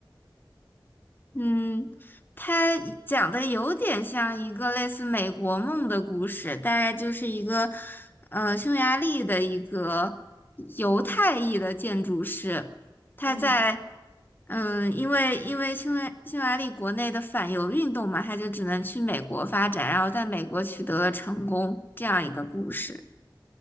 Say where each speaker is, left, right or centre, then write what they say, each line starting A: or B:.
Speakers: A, on the left; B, on the left.
A: 嗯，他讲的有点像一个类似美国梦的故事，大概就是一个，呃，匈牙利的一个犹太裔的建筑师，
B: 嗯
A: 他在，
B: 嗯
A: 嗯，因为因为匈牙匈牙利国内的反犹运动嘛，他就只能去美国发展，然后在美国取得了成功，
B: 嗯，
A: 这样一个故事。